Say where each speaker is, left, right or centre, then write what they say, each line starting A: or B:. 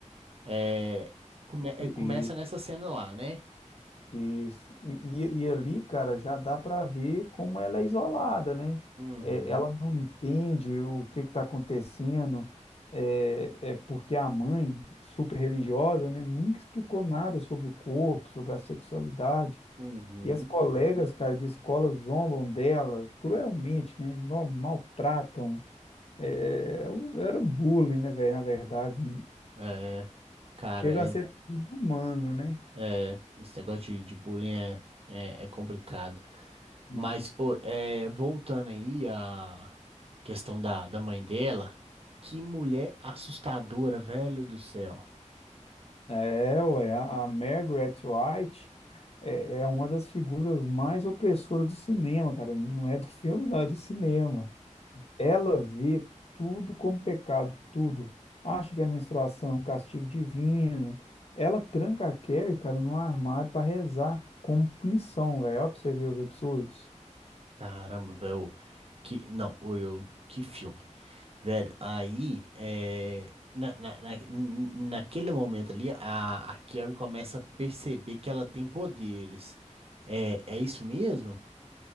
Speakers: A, on the right; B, on the left.
A: É, come- é, começa
B: E,
A: nessa cena lá, né?
B: Isso. E, e, e ali, cara, já dá para ver como ela é isolada, né?
A: Uhum,
B: É, ela não entende o que está acontecendo, é, é porque a mãe, super religiosa, né, nunca explicou nada sobre o corpo, sobre a sexualidade.
A: uhum.
B: E as colegas, cara, de escola zombam dela cruelmente, né? No- Maltratam. É, o- era bullying, né, velho? Na verdade,
A: É, cara,
B: chega
A: é,
B: a ser humano, né?
A: é, esse negócio de, de bullying é, é, é complicado. Mas,
B: É.
A: pô, é, voltando aí à questão da, da mãe dela, que mulher assustadora, velho do céu.
B: É, ué, a, a Margaret White é, é uma das figuras mais opressoras do cinema, cara. Não é do filme, não, é do cinema. Ela vê tudo como pecado, tudo. Acha que a menstruação é um castigo divino. Ela tranca a Carrie, cara, num armário para rezar, como punição, velho. Ó, pra você ver os absurdos.
A: Caramba, velho. Que, não, ô, eu, que filme. Velho, aí, é, na, na, na- n- naquele momento ali, a, a Carrie começa a perceber que ela tem poderes. É, é isso mesmo?